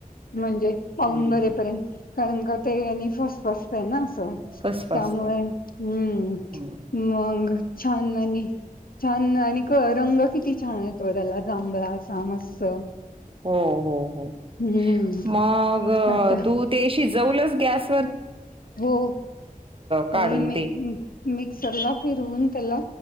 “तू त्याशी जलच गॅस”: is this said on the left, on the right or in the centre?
Right